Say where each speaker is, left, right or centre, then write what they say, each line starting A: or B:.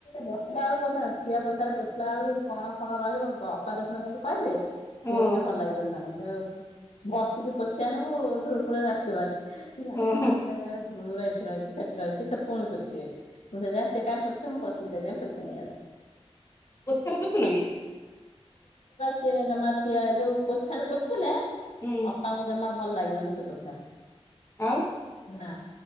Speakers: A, on the left (about 85°); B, on the left (about 25°).
A: ବସିଲା ବେଳକୁ <unintelligible> ଠିଆ ପୋଛାରେ ପୋଛିଲା ବେଳକୁ ସେ କଣ କଣ ରହିବ ଅପା ତା <unintelligible> କହିବେ। ସିଏ
B: ହଁ
A: ଟିକେ ଭଲ ଲାଗିବନି ତାଙ୍କୁ ସେ ବସିକି ପୋଛି ଆଣିବୁ ଧୂଳି ଫୂଳି ଆସିବ ହେରି। ଠିଆ
B: ହଁ
A: ହେଇକି‌
B: ହଁ
A: ପୋଛିଲେ କହିବେ ଧୂଳି ଉରା ଏଠି ରହିଛି ସେଠି ରହିଛି ସେ ପୁଣି ପୋଛିବେ। ମୁଁ ସେଇଥିପାଇଁ ସେ କାଇଁ ପୋଛିବେ ମୁଁ ବସିକି ସେଇଥିପାଇଁ ପୋଛି ନେଇ ଆସେ।
B: ପୋଛା ରେ ପୋଛୁ ନ କି?
A: ସେ ଜମା ଠିଆ ଯୋଉ ପୋଛାରେ ପୋଛିଲେ
B: ହୁଁ
A: ଅପା ଙ୍କୁ ଜମା ଭଲ ଲାଗିବନି।
B: ଆଉ
A: ନା